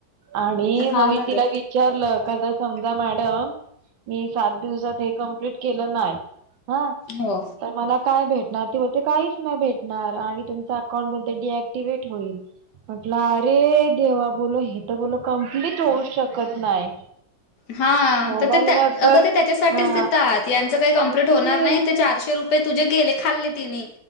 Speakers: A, on the right; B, on the left.
A: आणि
B: हा
A: मग मी
B: ना
A: तिला
B: ग
A: विचारलं का जर समजा मॅडम. मी सात दिवसात हे कंप्लीट केलं नाय हा.
B: हो.
A: तर मला काय भेटणार ती बोलते काहीच नाही भेटणार आणि तुमचं अकाउंट बोलते डी ऍक्टिव्हेट होईल. म्हंटलं अरे देवा बोललो ही तर बोललो कंप्लीट होऊच शकत नाही.
B: हा
A: मोबाईल
B: तर ते त्या
A: वर तर
B: अगं ते त्याच्यासाठीच
A: हा
B: देतात यांचं काही कंप्लीट
A: मग तेच
B: होणार नाही ते चारशे रु पये तुझे गेले खाल्ले तिने